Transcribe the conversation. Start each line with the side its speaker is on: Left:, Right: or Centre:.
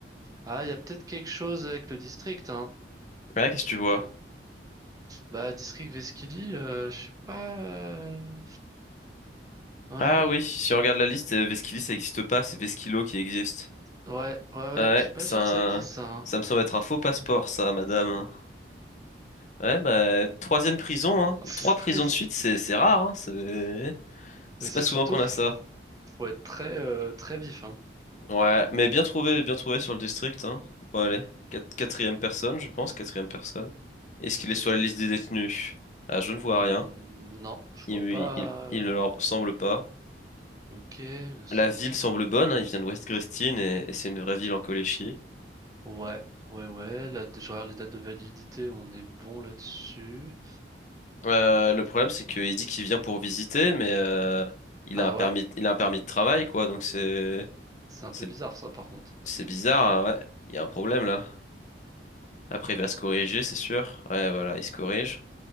Right: Ah, il y a peut-être quelque chose avec le district, hein.
Left: Ouais, qu'est-ce que tu vois?
Right: Bon. Bah, District Vesquili, euh, je suis pas. euh, Ouais.
Left: Ah oui, si
Right: Mm.
Left: on regarde la liste, euh, Vesquili ça existe pas, c'est Vesquilo qui existe.
Right: Ouais, ouais, ouais.
Left: Ah Ouais,
Right: Je suis pas
Left: ça,
Right: sûr que ça existe, ça. hein.
Left: ça me semble être un faux passeport, ça, madame. hein. Ouais, bah, troisième prison, hein.
Right: <laughs>
Left: Trois prisons de suite, c'est c'est rare, hein. C'est c'est
Right: C'est c'est
Left: pas souvent
Right: surtout,
Left: qu'on
Right: faut
Left: a ça.
Right: être très, euh, très vif, hein.
Left: Ouais, mais bien trouvé, bien trouvé sur le district, hein. Bon, allez, Quat- quatrième personne, je pense, quatrième personne. Est-ce qu'il
Right: Quatre-
Left: est sur la liste des détenus? Ah, je ne vois
Right: Hmm,
Left: rien.
Right: Non, je
Left: Il,
Right: vois pas.
Left: il, il ne leur ressemble pas.
Right: Ok, 1934.
Left: La ville semble bonne, hein, Il vient de West Grestine et, et c'est une vraie ville en Coléchie.
Right: Ouais, ouais, ouais. Là, je regarde les dates de validité, on est bon là-dessus.
Left: Euh, le problème, c'est qu'il dit qu'il vient pour visiter, mais euh, il
Right: Ah
Left: a un permis,
Right: ouais,
Left: il a un permis de travail, quoi. Donc c'est,
Right: c'est un
Left: c'est,
Right: peu bizarre, ça, par contre.
Left: c'est bizarre, hein, ouais. Il y a un problème là. Après, il va se corriger, c'est sûr. Ouais, voilà, il se corrige.